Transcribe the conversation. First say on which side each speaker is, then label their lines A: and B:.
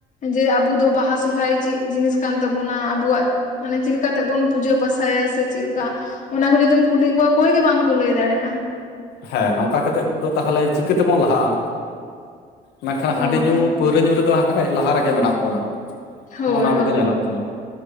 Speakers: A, on the left; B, on the left.
A: ᱡᱮ ᱟᱵᱚ ᱫᱚ ᱵᱟᱦᱟ ᱥᱚᱨᱚᱦᱟᱭ ᱪᱮᱫ ᱡᱤᱱᱤᱥ ᱠᱟᱱ ᱛᱟᱵᱚᱱᱟ ᱟᱵᱚᱣᱟᱜ ᱢᱟᱱᱮ ᱪᱮᱫ ᱠᱟᱛᱮ ᱵᱚᱱ ᱯᱩᱡᱟᱹ ᱯᱟᱥᱟᱭᱟ ᱥᱮ ᱪᱮᱫᱠᱟ ᱚᱱᱟ ᱠᱚ ᱡᱩᱫᱤᱢ ᱠᱩᱞᱤ ᱠᱚᱣᱟ ᱚᱠᱚᱭ ᱜᱮ ᱵᱟᱝ ᱠᱚ ᱞᱟᱹᱭ ᱫᱟᱲᱮᱭᱟᱜᱼᱟ
B: ᱦᱮᱸ ᱱᱚᱝᱠᱟ ᱠᱟᱛᱮᱜ ᱫᱚ ᱛᱟᱦᱚᱞᱮ ᱪᱤᱠᱟᱹ ᱛᱮᱵᱚᱱ ᱞᱟᱦᱟᱜᱼᱟ ᱢᱮᱱᱠᱷᱟᱱ
A: ᱦᱳᱭ
B: ᱦᱟᱺᱰᱤ ᱧᱩ ᱯᱟᱹᱣᱨᱟᱹ ᱧᱩ ᱨᱮ ᱫᱚ ᱦᱟᱸᱜ ᱞᱟᱦᱟ ᱨᱮᱜᱮ ᱢᱮᱱᱟᱜ ᱵᱚᱱᱟ
A: ᱦᱳᱭ
B: ᱱᱚᱜᱼ ᱱᱚᱣᱟ ᱠᱚᱫᱚ
A: ᱦᱳᱭ
B: ᱧᱮᱞᱚᱜ ᱠᱟᱱᱟ